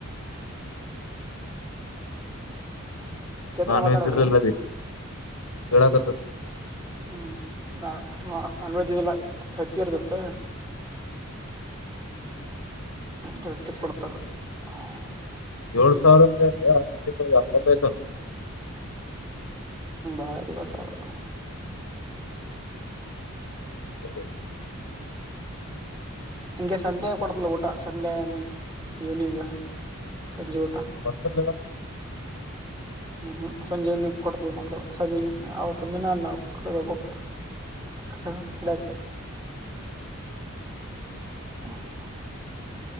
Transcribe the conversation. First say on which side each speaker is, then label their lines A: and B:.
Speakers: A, on the right (about 20°); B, on the left (about 80°).
A: ಕೇತನ
B: ನಾನ್
A: ಮಾತಾಡೋದು
B: ವೇಜ್ ಇರ್ಲಿಲ್ಲ ಅಲ್ಲಿ ಕೇಳಕತ್
A: ಹ್ಮ್ ನಾ ಅನ್ವೆಜದೆಲ್ಲ ಹಕ್ಕ ಇರ್ತತ್ತ <unintelligible>
B: <unintelligible>
A: ತೃತಿ ಕೊಡ್ತಾರ <unintelligible>
B: ಏಳು ಸಾವಿರ ಅಂದ ಅ ತಿಂಗಳ ಎಪ್ಪತ್ತೈದನ್ನು
A: ಸಳೆ ತಿಗ ಸರು <unintelligible>
B: ಹ್ಮ
A: ಹಂಗೆ ಸಂಡೇ ಕೊಡದಿಲ್ಲ ಊಟ ಸಂಡೇ ಈವ್ನಿಂಗ್ ಸಂಜೆ ಊಟ
B: ಹೊರತ್ತಲ್ಲ <unintelligible>
A: ಹ್ಮ್ ಹ್ಮ್ ಸಂಜೆನ ಕೊಡ್ತಲ್ ಮಕ್ಕಳ ಸಂಜೆ ಅವತ್ತಂದಜನ ಅನ್ನಬೇಕ <unintelligible> ಹ ಹಡಕ್ಕ <unintelligible>
B: <inaudible>
A: ಹ <unintelligible>